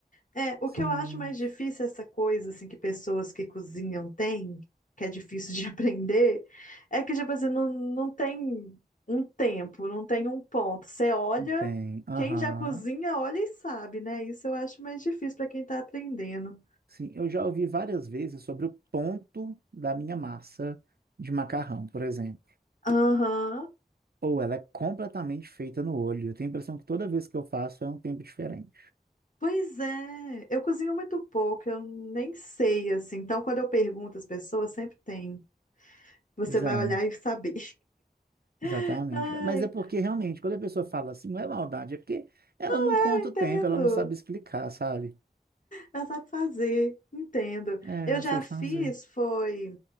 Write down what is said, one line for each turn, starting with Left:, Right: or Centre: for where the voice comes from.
Left: É, o
Right: Sim,
Left: que eu acho mais difícil é essa coisa assim que pessoas que cozinham têm, que é difícil de <laughs> aprender, é que tipo assim, não, não tem um tempo, não tem um ponto. Você olha,
Right: tem. Aham.
Left: quem já cozinha olha e sabe, né? Isso eu acho mais difícil para quem tá aprendendo.
Right: Sim, eu já ouvi várias vezes sobre o ponto da minha massa de macarrão, por exemplo.
Left: Aham.
Right: Ou ela é completamente feita no olho. Eu tenho a impressão que toda vez que eu faço é um tempo diferente.
Left: Pois é, eu cozinho muito pouco, eu nem sei assim. Então quando eu pergunto às pessoas, sempre tem. Você
Right: Pois
Left: vai
Right: é,
Left: olhar e saber.
Right: exatamente.
Left: <laughs> Ai,
Right: Mas é porque realmente, quando a pessoa fala assim, não é maldade, é porque ela não
Left: eu
Right: conta
Left: entendo.
Right: o tempo, ela não sabe explicar, sabe?
Left: Ela sabe fazer, entendo.
Right: É,
Left: Eu
Right: eu
Left: já
Right: sei fazer.
Left: fiz, foi